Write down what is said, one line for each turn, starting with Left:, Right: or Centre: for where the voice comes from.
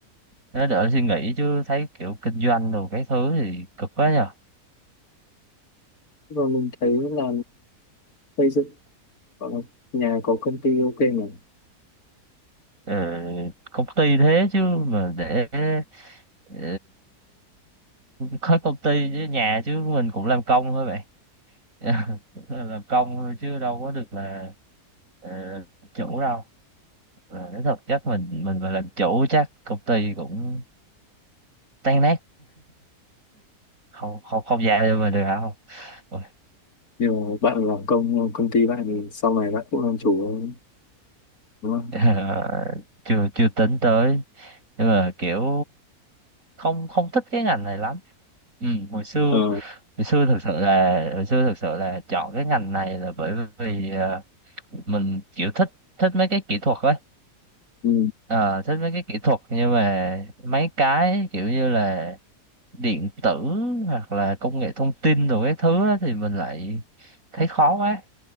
Right: Nó đỡ suy nghĩ chứ thấy kiểu kinh doanh đồ cái thứ thì cực quá nhờ.
Left: Rồi mình thấy là xây dựng ở nhà có công ty ok mà
Right: Ờ, công ty thế chứ mà để ờ, có công ty với nhà chứ mình cũng làm công thôi vậy. <laughs> Cũng là làm công thôi chứ đâu có được là ờ, chủ đâu. Ờ, nói thật chắc mình mình mà làm chủ chắc công ty cũng tan nát không không không dài cho mình được hả không Ôi,
Left: nhưng mà bạn làm công công ty bạn thì sau này bạn cũng làm chủ thôi, đúng không
Right: <laughs> chưa chưa tính tới nhưng mà kiểu không không thích cái ngành này lắm Ừ, hồi xưa
Left: ờ
Right: hồi xưa thực sự là hồi xưa thực sự là chọn cái ngành này là bởi vì ờ, mình kiểu thích thích mấy cái kỹ thuật ấy
Left: ừ.
Right: Ờ, thích mấy cái kỹ thuật nhưng mà mấy cái kiểu như là điện tử hoặc là công nghệ thông tin rồi cái thứ á thì mình lại thấy khó quá